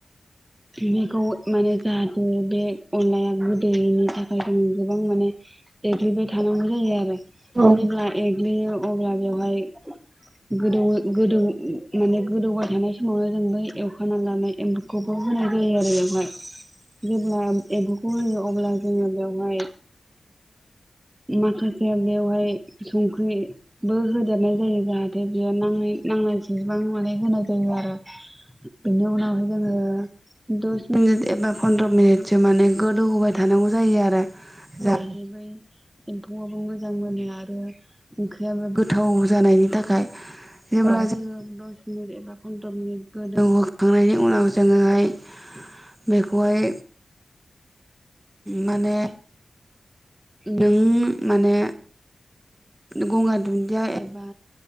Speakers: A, on the right; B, on the right.
A: बेखौ माने जाहाथे बे अनलाया गोदैयैनि थाखाय जों गोबां माने देग्लिबाय थानांगौ जायो आरो।
B: औ
A: बिब्ला ए लैयो अब्ला बेवहाय गोदौ गोदौ माने गोदौबाय थानाय समावनो जों बै एवखाना लानाय एम्बुखौ होनाय जायो आरो। जेब्ला एम्बु खौ होयो अब्ला जोङो बेवहाय माखासे बेवहाय संख्रिबो होदेरनाय जायो जाहाथे बेयाव नांनाय नांनाय जसेबां माने होनाय जायो आरो। बेनि उनावनो जोङो दस मिनिट एबा फन्द्र मिनिटसो माने गोदौ होबाय थानांगौ जायो आरो। जाहाथे
B: औ
A: बै एफौआवबो मोजां मोनो आरो ओंख्रियाबो गोथाव जानायनि थाखाय जेब्ला
B: औ
A: जोङो मिनिट एबा फन्द्र मिनिट गोदौहोखांनायनि उनाव जोङो ओमफाय बेखौहाय माने नों माने गंगार दुनदिया एबा